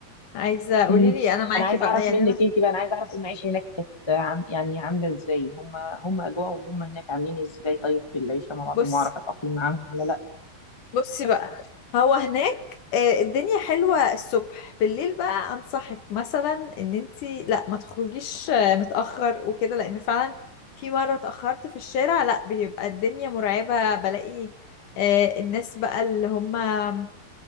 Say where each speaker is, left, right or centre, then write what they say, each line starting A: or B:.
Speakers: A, on the left (about 65°); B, on the left (about 15°).
A: عايزه قولي
B: امم
A: لي انا معاكي
B: انا عايز
A: بقى
B: اعرف
A: يعني
B: منك
A: انا
B: انت بقى انا عايز اعرف المعيشه هناك كانت عم يعني عامله ازاي هم هم اجواءهم هم هناك عاملين ازاي طيب في العيشه مع
A: بصي
B: بعض المعرفه اتاقلم معاهم ولا لا
A: بصي بقى هو هناك آه، الدنيا حلوة الصبح بالليل بقى أنصحك مثلا إن انتي لا ما تخرجيش آه، متأخر وكده لأن فعلا في مرة اتأخرت في الشارع لا بيبقى الدنيا مرعبة بلاقي آه، الناس بقى اللي هما